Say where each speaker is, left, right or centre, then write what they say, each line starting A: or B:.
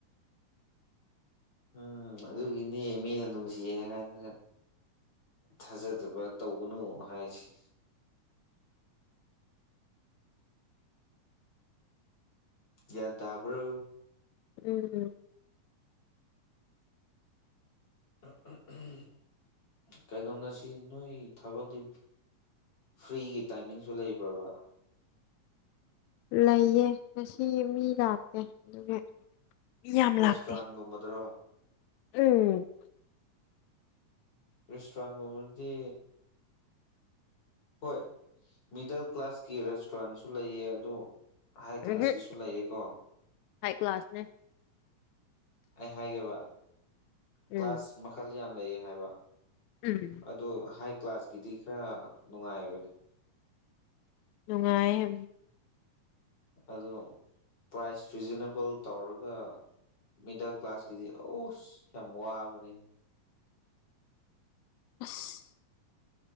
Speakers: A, on the left; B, on the left.
A: ꯎꯝ ꯑꯗꯨꯒꯤꯅꯤ ꯃꯤꯅ ꯅꯨꯡꯁꯤꯌꯦ ꯍꯥꯏꯒꯟꯗ ꯊꯥꯖꯗꯕ ꯇꯧꯒꯅꯨ ꯍꯥꯏꯁꯤ ꯒ꯭ꯌꯥꯟ ꯇꯥꯕ꯭ꯔꯣ
B: ꯎꯝ ꯎꯝ
A: ꯎꯝ ꯎꯝ ꯎꯝ ꯀꯩꯅꯣ ꯉꯁꯤ ꯅꯣꯏꯒꯤ ꯊꯕꯛꯗꯤ ꯐ꯭ꯔꯤꯒꯤ ꯇꯥꯏꯃꯤꯡꯁꯨ ꯂꯩꯕ꯭ꯔꯥꯕ
B: ꯂꯩꯌꯦ ꯉꯁꯤ ꯃꯤ ꯂꯥꯛꯇꯦ ꯑꯗꯨꯒꯤ ꯌꯥꯝ
A: ꯔꯦꯁꯇ꯭ꯔꯨꯔꯥꯟꯒꯨꯝꯕꯗꯨꯔꯣ
B: ꯂꯥꯛꯇꯦ ꯎꯝ
A: ꯔꯦꯁꯇꯣꯔꯒꯗꯤ ꯍꯣꯏ ꯃꯤꯗꯜ ꯀ꯭ꯂꯥꯁꯀꯤ ꯔꯦꯁꯇꯨꯔꯥꯟꯁꯨ ꯂꯩꯌꯦ ꯑꯗꯣ ꯍꯥꯏ ꯀ꯭ꯂꯥꯁꯀꯤꯁꯨ
B: ꯎꯝꯍꯨꯝ
A: ꯂꯩꯌꯦ ꯀꯣ
B: ꯍꯥꯏ ꯀ꯭ꯂꯥꯁꯅꯦ
A: ꯑꯩ ꯍꯥꯏꯒꯦꯕ ꯀ꯭ꯂꯥꯁ
B: ꯎꯝ
A: ꯃꯈꯜ ꯌꯥꯝ ꯂꯩ ꯍꯥꯏꯕ
B: ꯎꯝ
A: ꯑꯣ ꯍꯥꯏ ꯀ꯭ꯂꯥꯁꯀꯤꯗꯤ ꯈꯔ ꯅꯨꯡꯉꯥꯏꯕꯅꯦ
B: ꯅꯨꯡꯉꯥꯏꯌꯦ
A: ꯑꯗꯣ ꯄ꯭ꯔꯥꯏꯁ ꯔꯤꯖꯅꯦꯕꯜ ꯇꯧꯔꯒ ꯃꯤꯗꯜ ꯀ꯭ꯂꯥꯁꯀꯤꯗꯤ ꯎꯁ ꯌꯥꯝ ꯃꯕꯅꯤ
B: ꯑꯁ